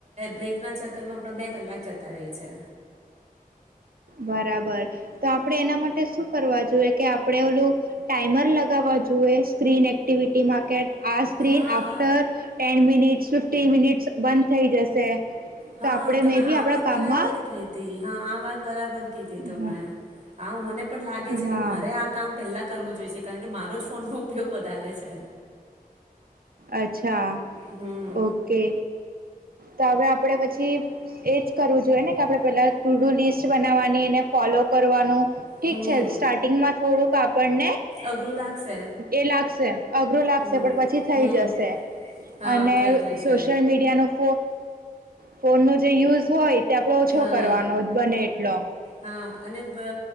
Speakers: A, on the right (about 50°); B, on the right (about 75°).
A: બ્રેકના ચક્કરમાં આપ બે કલાક જતા રહે છે
B: બરાબર તો આપડે એના માટે શું કરવા જોએ કે આપણે ઓલું ટાઈમર લગાવવા જોઈએ સ્ક્રીન એક્ટિવિટીમાં કે આ સ્ક્રીન
A: હા
B: આફ્ટર ટેન મિટ ફિફ્ટી મિનિટ્સ બંધ થઈ જશે
A: હા
B: તો આપણે
A: તમે
B: મે બી
A: આ
B: આપણા
A: વાત
B: કામમાં
A: બરાબર કીધી હા આ વાત બરાબર કીધ તો
B: હા
A: મેં આ મને પણ લાગે છે
B: હા
A: કે મારે આ કામ પેલા કરવું જોઈ છે કારણ કે મારો જ ફોન ન ઉપયોગ વધારે છે
B: અચ્છા
A: હમ
B: ઓકે તો હવે આપડે પછી એજ કરવું જોઈએ ને કે આપણે પેલા <unintelligible> લિસ્ટ બનાવવાની એને ફોલો કરવાનું ઠીક
A: હમ
B: છે સ્ટાર્ટિંગ માં થોડુંક આપને
A: અઘરું લાગશે
B: એ લાગશે અઘરું લાગશે
A: હમ
B: પણ પછી
A: હમ
B: જ
A: હા
B: અને
A: થઈ જશે
B: સોશિયલ મીડિયાનો ો ફોન ન જે યુઝ હોય તે આપડો ઓછો
A: હા
B: કરવાનો જ બને એટલો
A: હા અને બ